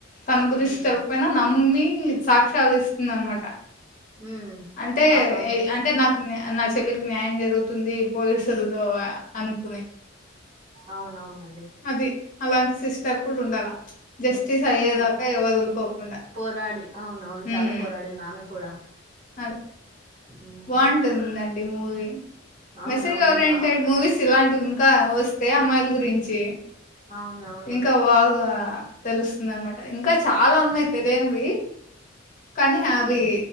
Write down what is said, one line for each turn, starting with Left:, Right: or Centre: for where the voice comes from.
Left: తన గురించి
Right: ఉమ్
Left: తెలికపోయినా నమ్మి సాక్ష్యాలు తీసుక్ ఉందనమాట
Right: ఉమ్
Left: అంటే
Right: అవునవును
Left: ఎ అంటే నాకు న్య నా చెల్లి న్యాయం జరుగుతుంది పోలీసులతో అనుకునే
Right: అవునవునండి
Left: అది అలాంటి సిస్టర్ కూడా ఉండాల జస్టిస్ అయ్యేదాకా
Right: ఉమ్
Left: ఇ వదులుకోకుండా
Right: పోరాడి అవునవును
Left: ఉమ్
Right: చాలా పోరాడింది ఆమె కూడా
Left: అది
Right: ఉమ్
Left: బాగుంటుందండి మూవీ
Right: అవునవును
Left: మెసేజ్ ఓరియెంటెడ్ మూవీస్ ఇలాం డుంకా వస్తే అమ్మాయిల గురించి
Right: అవునవును
Left: ఇంకా వాళ్ళ తెలుస్తుందనమాట ఇంకా చాలా ఉన్నాయి తెలియనివి కానీ అవి
Right: ఉమ్